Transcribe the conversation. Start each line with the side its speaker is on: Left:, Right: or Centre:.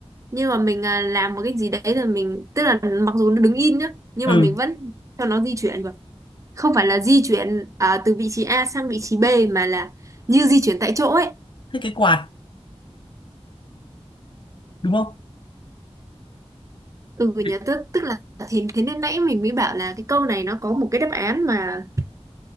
Right: nhưng mà mình à, làm một cái gì đấy là mình tức là mặc dù nó đứng im nhá nhưng
Left: ừ
Right: mà mình vẫn cho nó di chuyển được không phải là di chuyển à, từ vị trí A sang vị trí B mà là như di chuyển tại chỗ ấy
Left: thế cái quạt đúng không
Right: ừ
Left: Cái-
Right: nhớ tức tức là thế thế nên nãy mình mới bảo là cái câu này nó có một cái đáp án mà